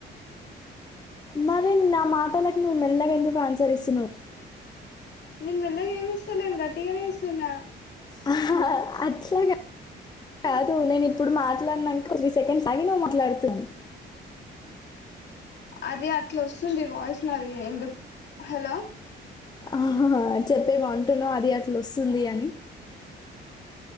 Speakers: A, on the left; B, on the left.
A: మరి నా మాటలకి నువ్వు మెల్లగెందుకు ఆన్సరిస్తున్నవ్
B: నెన్ మెల్లగేమిస్తలేను గట్టిగనే ఇస్సున్నా
A: అహహా అట్లగ కాదు నేనిప్పుడు మాట్లాడ్నంక త్రీ సెకండ్స్ ఆగి నువ్వు మాట్లాడ్తున్నవ్
B: అదీ అట్లొస్సుంది వాయిస్ నాది ఎందుక్ హలో
A: ఆహ చెప్పేమో అంటున్నవ్ అది అట్లొస్సుంది అని